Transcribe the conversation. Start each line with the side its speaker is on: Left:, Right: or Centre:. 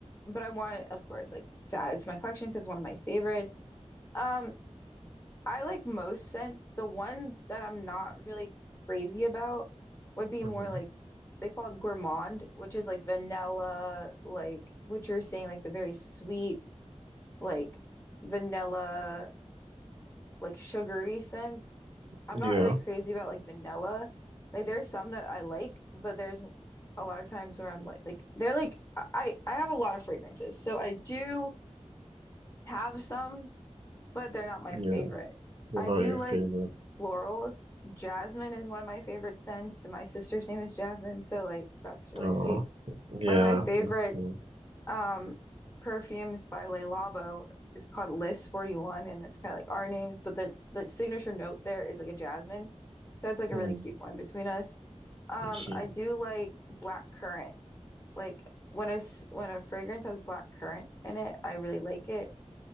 Left: but I want it, of course, like to add it to my collection because it's one of my favorites. Um I like most scents. The ones that I'm not really crazy about would be
Right: hmm
Left: more like they call it gourmand, which is like vanilla, like what you're saying, like the very sweet, like vanilla, like sugary scents. I'm
Right: Yeah,
Left: not really crazy about like vanilla. Like there's some that I like, but there's a lot of times where I'm like like they're like I I have a lot of fragrances. So I do have some but they're not my
Right: yeah,
Left: favorite.
Right: they're
Left: I
Right: not
Left: do
Right: your
Left: like
Right: favorite.
Left: florals. Jasmine is one of my favorite scents, and my sister's name is Jasmine, so like that's really
Right: Oh,
Left: sweet.
Right: yeah,
Left: One of my favorite
Right: that's cool.
Left: um perfumes by Le Labo is called List 41, and that's kind of like our names, but the the signature note there is like a jasmine. So it's like a
Right: Hmm,
Left: really cute one between us. Um,
Right: I see.
Left: I do like black currant. Like when a s- when a fragrance has black currant in it, I really like it.